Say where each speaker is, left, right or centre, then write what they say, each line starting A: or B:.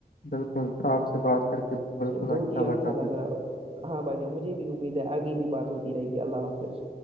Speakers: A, on the left (about 65°); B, on the right (about 35°).
A: بالکل آپ سے بات کر کے بالکل
B: بہت ہی اچھا
A: بھائی
B: لگا
A: جان
B: ہاں بھائی جا مجھے بھی امید ہے آگے بھی بات ہوتی رہے گی اللہ حافظ